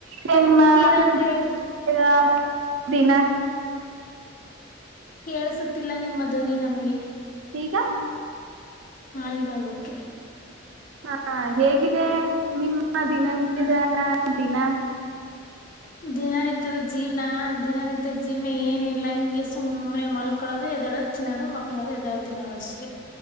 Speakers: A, on the right; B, on the left.
A: ತನ್ಮ್ಮ
B: ಏನಾದ್ರೂ
A: <unintelligible>
B: ಹೇಳಿ
A: ದಿನ
B: ಕೇಳಸುತ್ತಿಲ್ಲ ನಿಮ್ಮ ಧ್ವನಿ ನಮಗೆ
A: ಗ
B: ಹಾ ಇವಾಗ ಓಕೆ
A: ಹಾ ಹೇಗಿದೆ ನಿಮ್ಮ ದಿನ ನಿತ್ಯದ
B: ಹ
A: ದಿನ
B: ದಿನನಿತ್ಯದ ಜೀವ್ನ ಹ ದಿನನಿತ್ಯ ಜೀವನ ಏನ ಇಲ್ಲ ಹಿಂಗೆ ಸುಮ್ಮನೆ ಮಲ್ಕಳೋದು ಎದ್ಳೋದು ತಿನ್ನೋದು ಮಕ್ಕಳದ ಎದಳದ ದಿನಾವಷ್ಟೇ